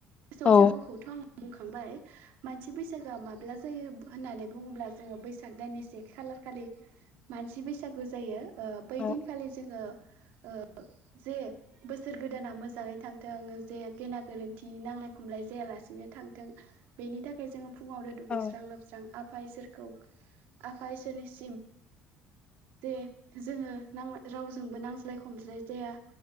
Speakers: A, on the right; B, on the left.
A: मोसौ
B: औ
A: बैसागुखौथ' आं बुंखांबाय मानसि बैसागोआ माब ब्ला जायो होननानै बुङोब्ला जोङो बैसाग दाननि से खालार खालि मानसि बैसागु जायो ओ बैदिनखालि
B: औ
A: जोङो ओ जे बोसोर गोदाना मोजाङै थांथों जे गेना गोरोन्थि नांलाय खमलाय जायालासेनो थांथों बेनि थाखाय जोङो फुङावनो दु गैस्रां
B: औ
A: लोबस्रां आफा इसोरखौ आफा इसोरनिसिम जे जोङो नां रावजोंबो नांज्लाय खमज्लाय जाया